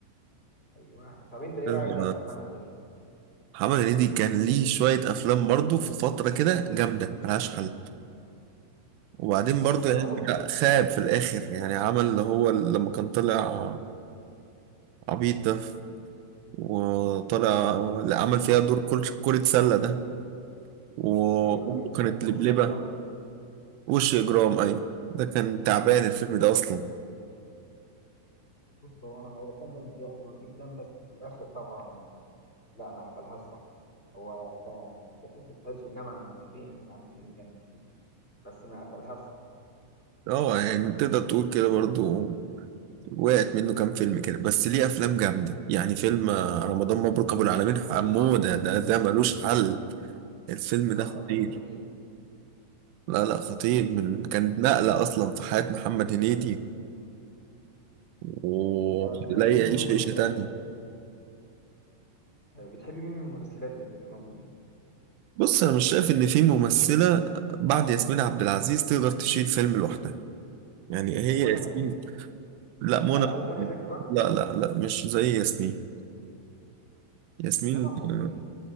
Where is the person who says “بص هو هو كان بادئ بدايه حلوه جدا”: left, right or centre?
Left